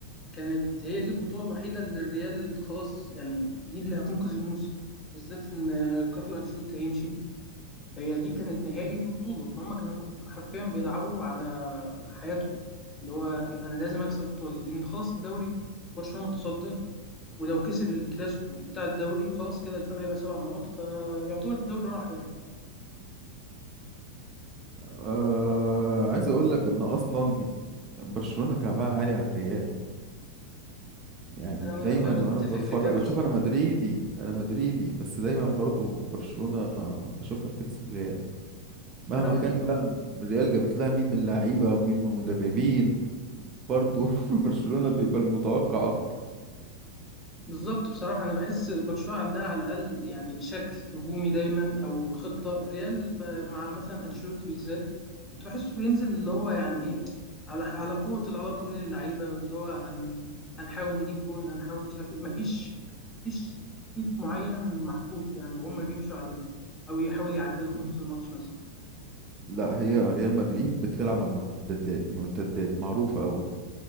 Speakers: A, on the left; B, on the right.
A: كانت هي دي البطولة الوحيدة اللي الريال خلاص يعني دي اللي هتنقذ الموسم بالذات ان كارلو انشيلوتي هيمشي هي دي كانت نهائي ببطولة فهم كانوا حرفيا بيلعبوا على حياتهم اللي هو أنا لازم أكسب البطولة دي لأن خلاص الدوري برشلونة متصدر ولو كسب الكلاسيكو بتاع الدوري خلاص كده الفرق هيبقى سبع نقط فيعتبر الدوري راح يعني
B: أه عايز اقول لك ان اصلا برشلونة كعبها عالي على الريال يعني
A: أنا
B: دايما
A: أنا متفق
B: وانا بتفرج
A: في كده
B: اشوف
A: بصراحة
B: انا مدريدي انا مدريدي بس دايما برضو برشلونة بشوفها بتكسب ريال مهما
A: أنا بقول
B: كان بقى الريال جابت لها مين من اللعيبة ومين من المدربين برضو <laughs> برشلونة بيبقى المتوقع اكتر
A: بالظبط بصراحة أنا بحس برشلونة عندها على الأقل يعني شكل هجومي دايما أو خطة الريال ب- مع مثلا أنشيلوتي بالذات كنت بحسه بينزل اللي هو يعني إيه على على قوة العلاقة بين اللعيبة واللي هو هن هنحاول نجيب جون هنحاول مش عارف إيه مفيش مفيش تكتيك معين محطوط يعني وهم بيمشوا عليه أو يحاول يعدلوا في نص الماتش مثلا
B: لا هي ريال مدريد بتلعب على المرتدات المرتدات معروفة قوي